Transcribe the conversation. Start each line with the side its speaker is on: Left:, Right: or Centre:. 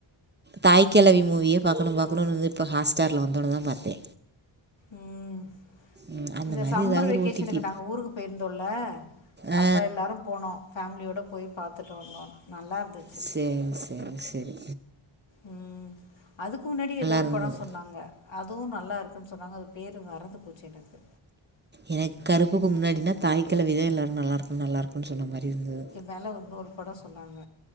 Right: தாய்ககெழவி மூவிய பாக்கணு பாக்கனுர்ந்து இப்போ ஹாஸ்ஸ்டார்ல வந்தோனதா பாத்தே
Left: ம்
Right: ம், அந்த
Left: இந்த
Right: மாதிரி
Left: சம்மர்
Right: ஏதாவது
Left: வெகேஷனுக்கு
Right: ஒரு ஓடிடி
Left: நாங்க ஊருக்கு போயிருந்தோல்ல
Right: ஆ
Left: அப்ப எல்லோரும் போனோ ஃபேமிலியோட போய் பாத்துட்டு வந்தோ நல்லா இருந்துச்சு
Right: செரி செரி செரி
Left: ம் அதுக்கு முன்னாடி ஏதோ ஒரு
Right: இருந்தது
Left: படோ சொன்னாங்க அதுவும் நல்லா இருக்குன்னு சொன்னாங்க அது பேர் மறந்து போச்சு எனக்கு
Right: எனக்கு கருப்புக்கு முன்னாடினா தாய்க்கெழவிதா எல்லாரு நல்லா இருக்கு நல்லா இருக்கும்னு சொன்ன மாதிரி இருந்தது
Left: மேல உன்னொரு பட சொன்னாங்க